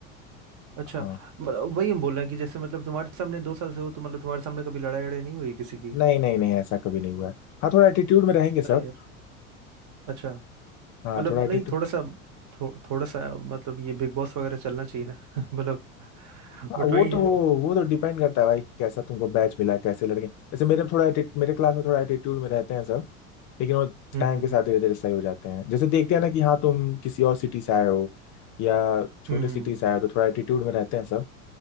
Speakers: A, on the right; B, on the left.
A: अच्छा
B: हाँ
A: मतलब वही हम बोल रहे हैं कि जैसे मतलब तुम्हारे सामने दो साल से हो तो मतलब तुम्हारे सामने कभी लड़ाई लड़ाई नहीं हुई किसी की
B: नहीं नहीं नहीं ऐसा कभी नहीं हुआ है हाँ थोड़ा एटीट्यूड में रहेंगे सब
A: अरे यार अच्छा
B: हाँ
A: मतलब
B: थोड़ा एटीट्यूड
A: नहीं थोड़ा सा थो, थोड़ा सा मतलब ये बिग बॉस वगैरह चलना चाहिए ना <laughs> मतलब
B: हाँ,
A: बट
B: वो
A: वही
B: तो
A: है
B: वो वो तो डिपेंड करता है भाई कि कैसा तुमको बैच मिला है कैसे लड़के जैसे मेरे में थोड़ा atti- मेरे क्लास में थोड़ा एटीट्यूड में रहते हैं सब लेकिन वो
A: हम्म
B: टाइम
A: हम्म
B: के साथ
A: हम्म
B: धीरे धीरे सही हो जाते हैं जैसे देखते हैं ना कि हाँ तुम किसी और सिटी से आए हो या छोटे
A: हम्म, हम्म।
B: सिटी
A: हम्म।
B: से आए हो तो थोड़ा एटीट्यूड में रहते हैं सब